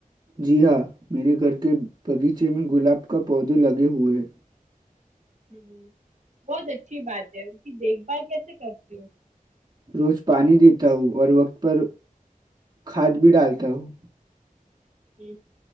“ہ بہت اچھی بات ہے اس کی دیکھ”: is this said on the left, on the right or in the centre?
Right